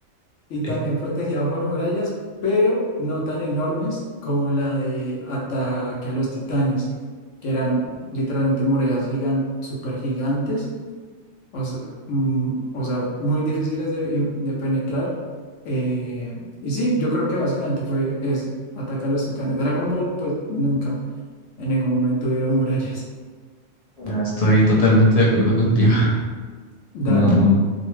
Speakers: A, on the left (about 75°); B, on the left (about 50°).
A: y
B: <laughs>
A: también protegida por murallas, pero no tan enormes como la de Ataque a los Titanes, que eran literalmente murallas gigan súper gigantes, o sea, mm, o sea, muy difíciles de, de penetrar. Eh, y sí, yo creo que básicamente fue es Ataque a los Titanes. Dragon Ball, pues nunca, en ningún momento hubieron murallas.
B: No, estoy totalmente de acuerdo contigo. <laughs>
A: Dale,
B: No, no.